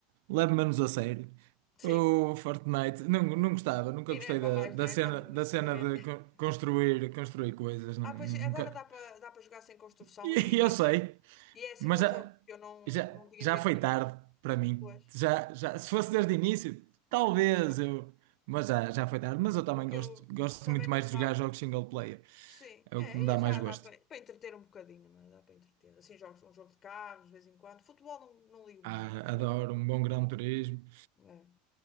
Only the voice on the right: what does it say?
Leve-me menos a sério.
O Fortnite, não, não gostava, nunca
gostei da,
da
cena,
da
cena
de
co- construir, construir coisas. Não,
nunca.
<laughs>
E
eu
sei.
Mas
já,
já,
já
foi
tarde para mim.
Já, já, se fosse desde o início, talvez
eu. Mas já, já foi tarde. Mas eu também
gosto,
gosto
muito
mais
de
jogar jogos single player.
É
o que me dá
mais gosto.
Ah,
adoro
um bom Gran Turismo.